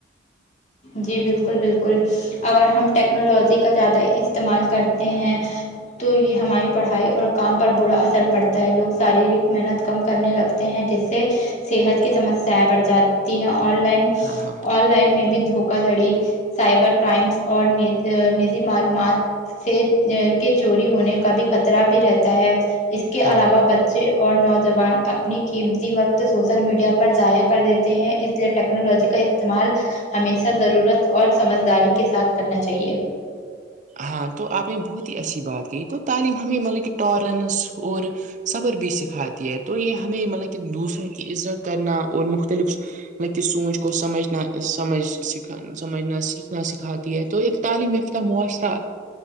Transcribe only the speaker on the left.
جی بالکل بالکل اگر ہم ٹیکنالوجی کا زیادہ استعمال کرتے ہیں تو یہ ہماری پڑھائی اور کام پر برا اثر پڑتا ہے لوگ شاریرک محنت کم کرنے لگ ہیں جس سے صحت کی سمسیایں بڑھ جاتی ہیں آن لائن
لائن میں بھی دھوکا دھڑی سائبر کرائمس اور نجی معلومات سے ا کے چوری ہونے کا بھی خطرہ بھی رہتا ہے اس کے
علاوہ
ب بچے اور نوجوان اپنی قیمتی وقت سوشل میڈیا پر ضائع کر دیتے ہیں اس لیے ٹیکنالوجی کا استعمال ہمیشہ ضرورت اور سمجھداری کے ساتھ کرنا چاہیے